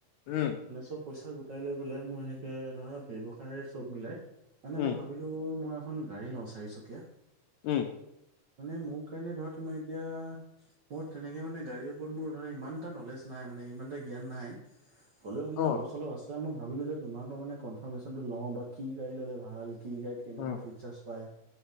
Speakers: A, on the left; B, on the right.
A: উম।
B: মানে চব পইচা গোটাই লৈ পেলাই মোৰ এনেকে ধৰা ব্যৱসায় চব মিলাই, মানে
A: উম
B: মই ভাবিলোঁ মই এখন গাড়ী লওঁ চাৰিচকীয়া।
A: উম।
B: মানে মোৰ কাৰণে ধৰা তোমাৰ এতিয়া মোৰ তেনেকে মানে গাড়ীৰ ওপৰত মোৰ ধৰা, ইমান এটা নলেজ নাই মানে ইমান এটা জ্ঞান নাই। হ'লেও মানে
A: অ
B: অলপ চলপ আছে, মই ভাবিলোঁ যে তোমাৰ পৰা মানে কনফাৰ্মেশ্যনটো লওঁ বা কি গাড়ী ল'লে ভাল। কি গাড়ীত কেনেকুৱা
A: উম
B: ফিউচাৰ্চ পায়,